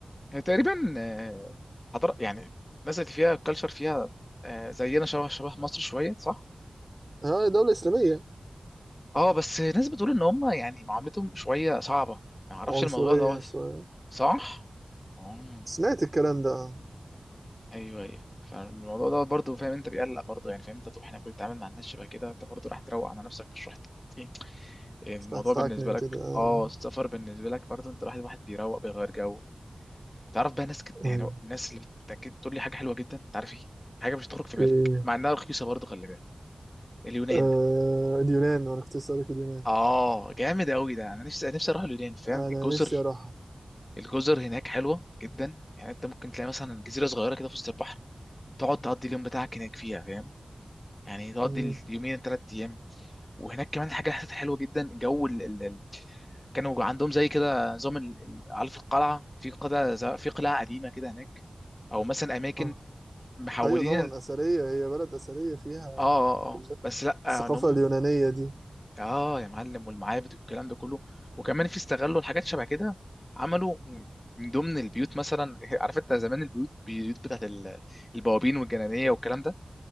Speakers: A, on the left; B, on the right.
A: هي تقريبا آه، حضر يعني الناس اللي فيها الكالتشر فيها آه، زينا شبه شبه مصر شويه صح
B: ها دولة إسلامية
A: اه بس ناس بتقول ان هم يعني معاملتهم شويه صعبه ما اعرفش
B: عنصرية
A: الموضوع ده
B: شوية
A: صح اه
B: سمعت الكلام ده آه.
A: ايوه ايوه فالموضوع ده برضه فاهم انت بيقلق برضه يعني فاهم انت تروح هناك وتتعامل مع الناس شبه كده انت برضه راح تروق على نفسك مش رحت ايه يعني
B: سمعت
A: الموضوع بالنسبه
B: تعكنن
A: لك
B: كده آه.
A: اه السفر بالنسبه لك برضه انت راح، الواحد واحد بيروق بيغير جو تعرف بقى ناس كت... يعني
B: يعني
A: الناس اللي بتتاكد تقول لي حاجه حلوه جدا انت عارف ايه حاجه مش هتخرج في بالك
B: إيه
A: مع انها رخيصه برضه خلي بالك اليونان
B: آه اليونان أنا كنت لسه لك اليونان
A: اه جامد قوي ده انا نفسي نفسي اروح اليونان فاهم
B: أنا
A: الجزر
B: نفسي أروحها
A: الجزر هناك حلوه جدا يعني انت ممكن تلاقي مثلا جزيره صغيره كده في وسط البحر تقعد تقضي اليوم بتاعك هناك فيها فاهم يعني تقضي
B: مم.
A: اليومين الثلاث ايام وهناك كمان حاجه حسيتها حلوه جدا جو ال... ال... ال- كانوا عندهم زي كده نظام ال- ال- عارف القلعه في قلعه ز- في قلعه قديمه كده هناك او مثلا اماكن
B: آه.
A: محولين
B: أيوة طبعا
A: ال-
B: أثرية هي بلد أثرية فيها
A: اه اه اه
B: كل ده
A: بس لا
B: الثقافة
A: ان هم
B: اليونانية دي
A: اه يا معلم والمعابد والكلام ده كله وكمان في استغلوا الحاجات شبه كده عملوا من ضمن البيوت مثلا <laughs> عارف انت زمان البيوت البيوت بتاعت ال- البوابين والجنانيه والكلام ده